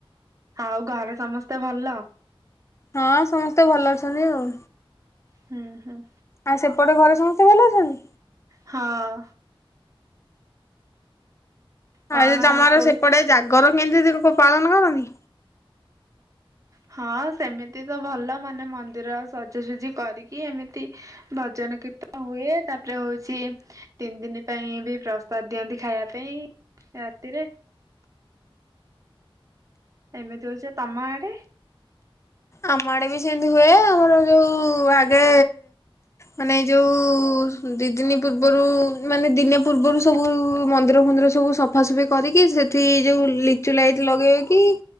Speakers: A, on the right (about 35°); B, on the left (about 30°).
A: ଆଉ ଘରେ ସମସ୍ତେ ଭଲ।
B: ହଁ ସମସ୍ତେ ଭଲ ଅଛନ୍ତି ଆଉ।
A: ହୁଁ ହୁଁ।
B: ଆଉ ସେପଟେ ଘରେ ସମସ୍ତେ ଭଲ ଅଛନ୍ତି।
A: ହଁ।
B: ଆଉ
A: କଣ
B: ଯୋଉ ତମର
A: କହୁଥିଲି
B: ସେପଟେ ଜାଗର <unintelligible> ପାଳନ କରନ୍ତି।
A: ହଁ ସେମିତି ତ ଭଲ ମାନେ ମନ୍ଦିର ସଜାସଜି କରିକି ଏମିତି ଭଜନ କୀର୍ତ୍ତନ ହୁଏ ତାପରେ ହଉଚି ତିନି ଦିନ ପାଇଁ ବି ପ୍ରସାଦ ଦିଅନ୍ତି ଖାଇବା ପାଇଁ ରାତିରେ। ଏମିତି ହଉଚି ତମ ଆଡେ?
B: ଆମ ଆଡେ ବି ସେମିତି ହୁଏ ଆମର ଯୋଉ ଆଗେ ମାନେ ଯୋଉ ଦି ଦିନ ପୂର୍ବରୁ ମାନେ ଦିନେ ପୂର୍ବରୁ ସବୁ ମନ୍ଦିର ଫନ୍ଦିର ସବୁ ସଫାସୁଫି କରିକି ସେଠି ଯୋଉ ଲିଚୁ ଲାଇଟ ଲଗେଇକି